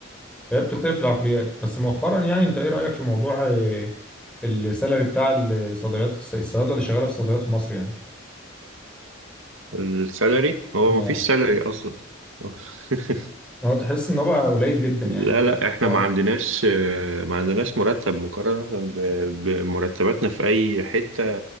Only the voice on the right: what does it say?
السالري هو
ما فيش سالري اصلا <laughs>
لا
لا احنا
ما عندناش ما عندناش مرتب مقارنة ب- بمرتباتنا في اي حتة